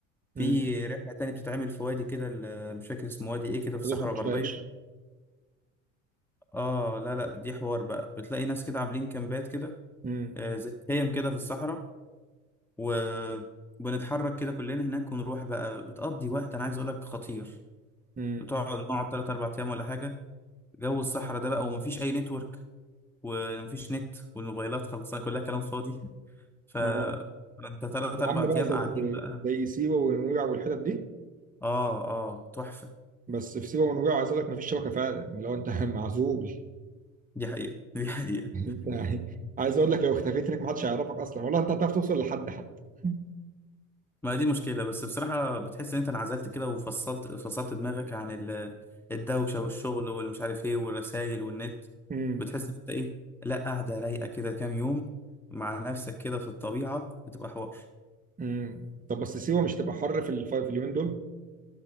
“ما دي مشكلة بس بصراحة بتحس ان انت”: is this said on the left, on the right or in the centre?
Centre